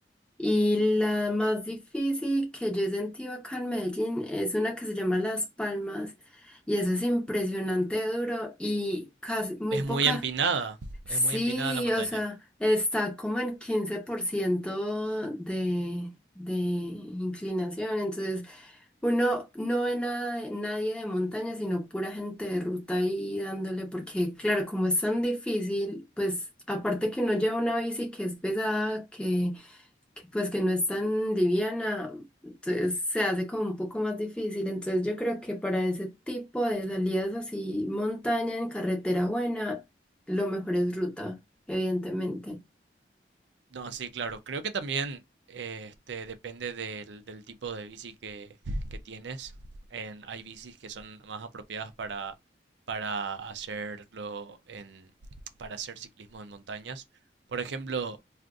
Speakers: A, in the centre; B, on the right (about 80°).
A: Y la más difícil que yo he sentido acá en Medellín es una que se llama Las Palmas y eso es impresionante duro y casi muy
B: Es
A: poca.
B: muy empinada,
A: Sí,
B: es muy empinada la Sí, montaña.
A: o sea, está como en 15% de, de inclinación, entonces uno no ve nada, de- nadie de montaña, sino pura gente de ruta ahí dándole, porque claro, como es tan difícil, pues aparte que uno lleva una bici que es pesada, que que pues que no es tan liviana, entonces se hace como un poco más difícil. Entonces yo creo que para ese tipo de salidas así, montaña en carretera buena, lo mejor es ruta, evidentemente.
B: No, sí, claro. Creo que también eh, este, depende del, del tipo de bici que, que tienes. En, hay bicis que son más apropiadas para, para hacerlo en, para hacer ciclismo en montañas. Por ejemplo,